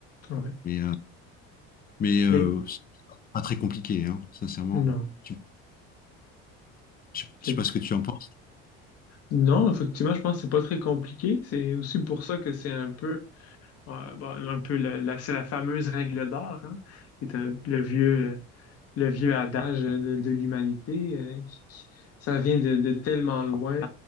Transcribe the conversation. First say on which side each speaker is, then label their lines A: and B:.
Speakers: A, on the left; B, on the left.
A: Ouais.
B: Mais, euh, mais euh,
A: Et
B: c'est pas très compliqué, hein, sincèrement.
A: non.
B: Tu- je,
A: Fait
B: je sais pas ce que tu en penses.
A: non, effectivement, je pense que c'est pas très compliqué. C'est aussi pour ça que c'est un peu, euh, bon, un peu la, la- c'est la fameuse règle d'or, hein, qui est un- le vieux, euh, le vieux adage de, de l'humanité, euh, qui- qui- ça vient de, de tellement loin.